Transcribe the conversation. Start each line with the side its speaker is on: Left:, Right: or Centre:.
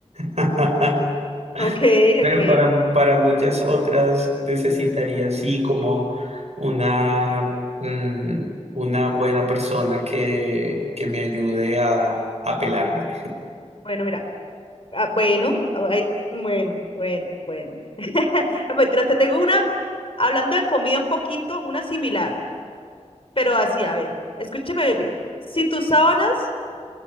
Right: <laughs>
Left: Ok,
Right: pero
Left: ok.
Right: para, para muchas otras necesitaría sí como una, mm, una buena persona que, que me ayude a, a pelarme.
Left: Bueno, mira. Ah, bueno, ah, ay, bueno, bueno, bueno. <laughs> Ah, Mientras te tengo una, hablando de comida un poquito, una similar, pero así, a ver, escúchame bien. Si tus sábanas